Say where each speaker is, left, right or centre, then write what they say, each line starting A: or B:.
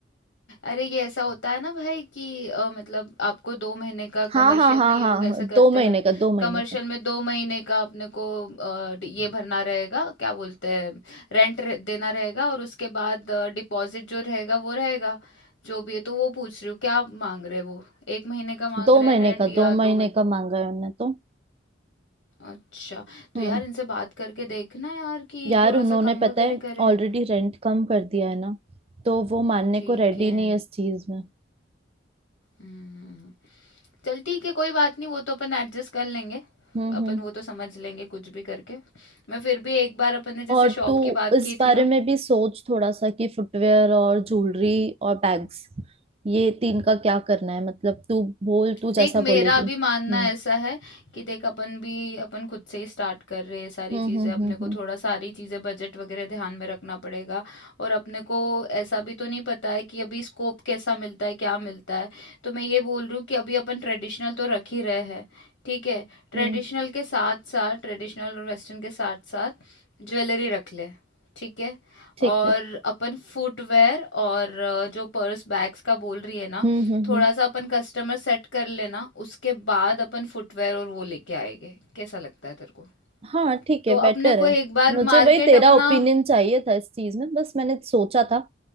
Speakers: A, on the left (about 70°); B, on the right (about 30°).
A: अरे ये ऐसा होता है ना भाई कि अ, मतलब आपको दो महीने का
B: हाँ
A: कमर्शियल
B: हाँ हाँ
A: में ये
B: हाँ
A: लोग ऐसे
B: हाँ,
A: करते
B: दो महीने
A: हैं
B: का दो महीने
A: कमर्शियल
B: का
A: में दो महीने का अपने को अ, डि- ये भरना रहेगा क्या बोलते हैं रेंट देना रहेगा और उसके बाद डिपॉजिट जो रहेगा वो रहेगा जो भी है तो वो पूछ रही हूँ क्या मांग रहे हैं वो एक महीने का मांग
B: दो
A: रहे
B: महीने
A: हैं रेंट
B: का
A: या
B: दो
A: दो
B: महीने
A: महीने
B: का मांगा है उन्होंने तो
A: अच्छा तो
B: हम्म
A: यार इनसे बात करके देखना यार कि
B: यार
A: थोड़ा
B: उन्होंने
A: सा कम
B: पता
A: वगैरह
B: है
A: करे
B: ऑलरेडी रेंट कम कर दिया है ना तो वो मानने
A: ठीक
B: को रेडी
A: है
B: नहीं है इस चीज में
A: हम्म चल ठीक है कोई बात नहीं वो तो अपन एडजस्ट कर लेंगे
B: हम्म
A: अपन
B: हम्म
A: वो तो समझ लेंगे कुछ भी करके मैं फिर भी एक बार अपन ने जैसे
B: और
A: शॉप
B: तू
A: की बात
B: इस
A: की
B: बारे
A: थी ना
B: में भी सोच थोड़ा सा कि फुटवेयर और ज्वेलरी और बैग्स ये तीन का क्या करना है मतलब तू बोल तू
A: देख
B: जैसा
A: मेरा
B: बोलेगी
A: भी मानना
B: हम्म
A: ऐसा है कि देख अपन भी अपन खुद से ही स्टार्ट कर रहे हैं सारी
B: हम्म
A: चीज़ें
B: हम्म
A: अपने
B: हम्म
A: को
B: हम्म
A: थोड़ा सारी चीज़ें बजट वगैरह ध्यान में रखना पड़ेगा और अपने को ऐसा भी तो नहीं पता है कि अभी स्कोप कैसा मिलता है क्या मिलता है तो मैं ये बोल रही हूँ कि अभी अपन ट्रेडिशनल तो रख ही रहे हैं ठीक है ट्रेडिशनल
B: हम्म,
A: के साथ साथ ट्रेडिशनल और वेस्टर्न के साथ साथ ज्वेलरी रख ले ठीक है
B: ठीक
A: और
B: है
A: अपन फुटवेयर और अ, जो पर्स बैग्स का बोल रही है ना
B: हम्म हम्म
A: थोड़ा
B: हम्म
A: सा अपन कस्टमर सेट कर लेना उसके बाद अपन फुटवेयर और वो लेके आएंगे कैसा लगता है तेरे को
B: हाँ ठीक है
A: तो
B: बेटर
A: अपने को
B: है
A: एक बार
B: मुझे
A: मार्केट
B: वही तेरा
A: अपना
B: ओपिनियन चाहिए था इस चीज में बस मैंने सोचा था